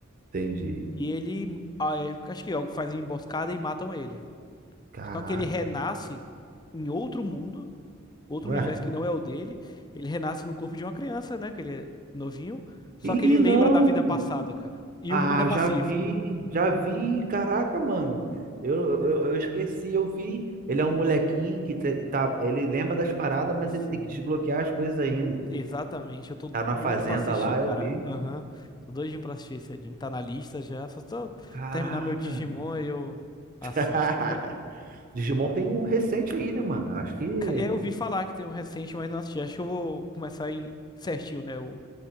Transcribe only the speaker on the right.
entendi.
Caraca,
ué.
Ih,
não!
Ah,
já vi, já vi. Caraca, mano. Eu, eu, eu esqueci, eu vi. Ele é um molequinho que te- tá, ele lembra das paradas, mas
ele tem que desbloquear as coisas ainda.
Tá na
fazenda
lá,
eu vi.
Caraca.
<laughs>
Digimon tem um recente aí, né, mano? Acho que.